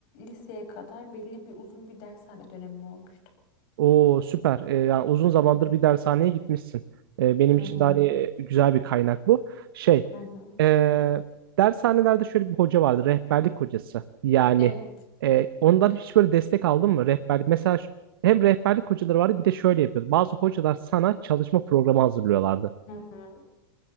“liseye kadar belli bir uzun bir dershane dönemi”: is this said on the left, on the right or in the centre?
Left